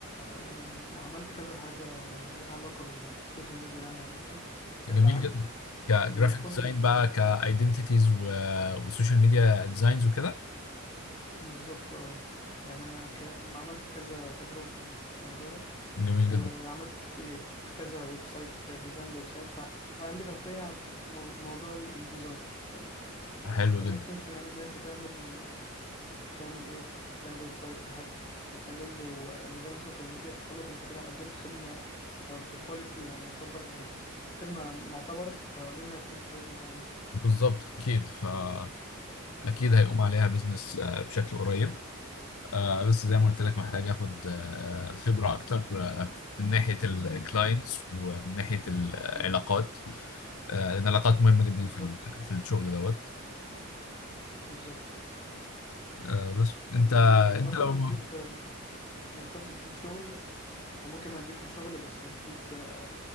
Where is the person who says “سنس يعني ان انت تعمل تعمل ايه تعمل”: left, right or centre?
Left